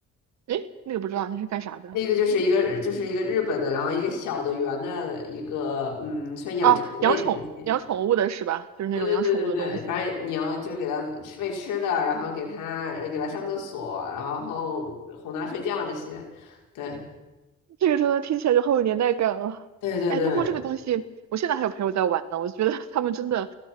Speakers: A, on the right; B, on the left.
A: 诶，那个不知道那是干啥的？
B: 那个就是一个就是一个日本的，然后一个小的圆的一个，嗯，算养成类的游戏。
A: 哦，养宠养宠物的是吧？就是那种养宠物的东西。
B: 对对对对对，反正你要就是给它吃喂吃的，然后给它呃给它上厕所，然后哄它睡觉这些。对
A: 这个真的听起来就好有年代感啊！
B: 对对对，
A: 哎，不过这个东西，我现在还有朋友在玩呢，我觉得他们真的，